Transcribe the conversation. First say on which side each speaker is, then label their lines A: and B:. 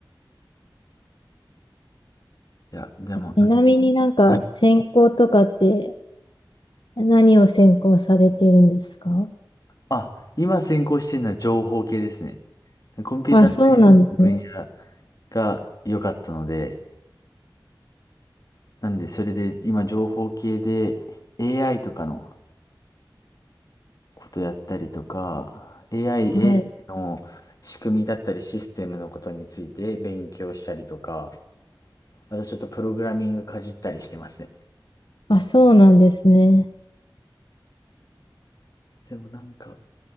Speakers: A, on the left; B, on the left.
A: いや、でも、
B: ちなみになんか専攻とかって
A: なんか、はい
B: 何を専攻されてるんですか
A: あ、今専攻してるのは情報系ですね。コンピューターサイエンスの分野
B: あ、そうなんですね。
A: が良かったので、なんで、それで今情報系で AI とかのことやったりとか、AI、
B: はい。
A: AI の仕組みだったりシステムのことについて勉強したりとか、あとちょっとプログラミングかじったりしてますね。
B: あ、そうなんですね。
A: でもなんか、